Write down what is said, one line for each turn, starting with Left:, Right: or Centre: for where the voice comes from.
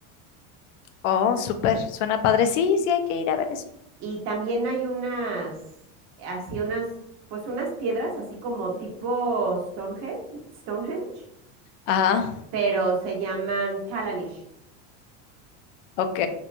Left: Oh, súper, suena padre. Sí, sí, hay que ir a ver eso.
Right: Y también hay unas, así unas, pues unas piedras, así como tipo Stonehenge, Stonehenge,
Left: Ajá.
Right: pero se llaman Callanish.
Left: ok,